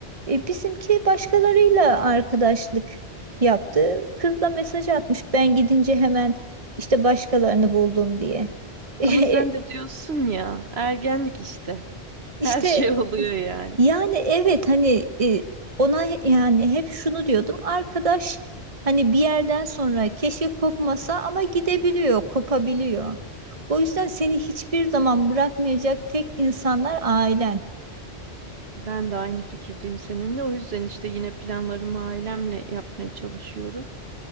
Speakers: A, on the right; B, on the right.
A: E, bizimki başkalarıyla arkadaşlık yaptı. Kız da mesaj atmış ben gidince hemen işte başkalarını buldum diye. <laughs> E,
B: Ama sen de diyorsun ya ergenlik işte. Her
A: işte
B: şey oluyor yani.
A: yani evet hani e, ona yani hep şunu diyordum arkadaş hani bir yerden sonra keşke kopmasa ama gidebiliyor, kopabiliyor. O yüzden seni hiçbir zaman bırakmayacak tek insanlar ailen.
B: Ben de aynı fikirdeyim seninle. O yüzden işte yine planlarımı ailemle yapmaya çalışıyorum.